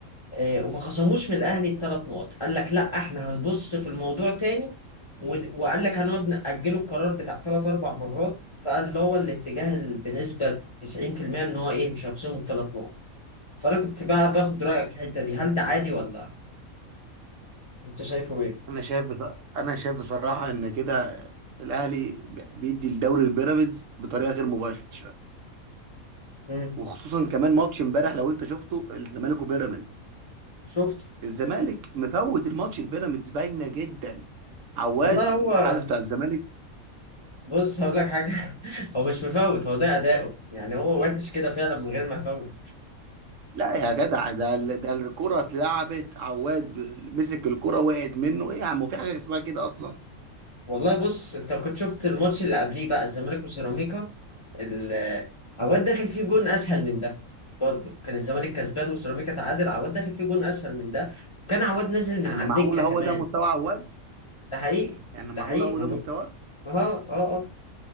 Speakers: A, on the left; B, on the right.
A: آه، وما خصموش من الاهلي بثلاث نقط قال لك لا احنا هنبص في الموضوع تاني ون- وقال لك هنقعد نأجله القرار بتاع ثلاث اربع مرات فقال اللي هو الاتجاه ال- بنسبة 90% ان هو ايه مش هيخصمه الثلاث نقط فانا كنت بقى باخد رأيك في الحتة دي هل ده عادي ولا انت شايفه ايه؟
B: انا شايف بص... انا شايف بصراحة ان كده الاهلي بيدي الدوري البيراميدز بطريقة غير مباشرة
A: مم.
B: وخصوصا كمان ماتش امبارح لو انت شفته الزمالك وبيراميدز
A: شفته
B: الزمالك مفوت الماتش البيراميدز باينه جدا عواد
A: والله
B: الحارس
A: هو
B: بتاع الزمالك
A: بص هقول لك حاجة <laughs> هو مش مفوت هو ده أداؤه يعني هو وحش كده فعلا من غير ما يفوت
B: لا يا جدع ده ال- ده الكره اتلعبت عواد مسك الكره وقعت منه ايه يا عم في حاجه اسمها كده اصلا
A: والله بص انت كنت شفت الماتش اللي قبليه بقى الزمالك وسيراميكا ال- عواد داخل فيه جون اسهل من ده برضه كان الزمالك كسبان وسيراميكا تعادل عواد داخل فيه جون اسهل من ده كان عواد نازل من
B: يعني
A: على
B: معقول
A: الدكه كمان
B: هو ده مستوى عواد
A: ده حقيقي
B: يعني معقول
A: ده حقيقي
B: هو
A: ما
B: ده
A: بق-
B: مستواه
A: اه اه اه